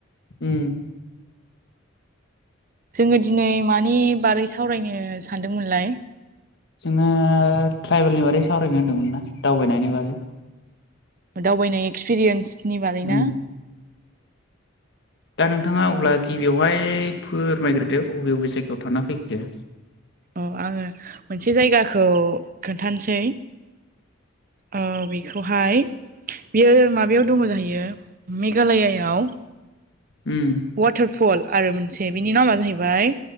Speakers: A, on the left; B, on the right.
A: उम।
B: जोङो दिनै मानि बारै सावरायनो सानदोंमोनलाय।
A: जोङो ट्राइबेलनि बारै सावरायनो होनदोंमोन ना दावबायनायनि बागै।
B: दावबायनाय एक्सपिरियेन्सनि बारैना।
A: उम दा नोंथाङा अब्ला गिबियावहाय फोरमाइग्रोदो बबे बबे जायगायाव थांना फैखो।
B: अ आङो मोनसे जायगाखौ खोन्थानसै। ओ बेखौहाय। बियो माबायाव दङ जाहैयो मेघालयायाव।
A: उम।
B: वाटारफल आरो मोनसे बिनि नामा जाहैबाय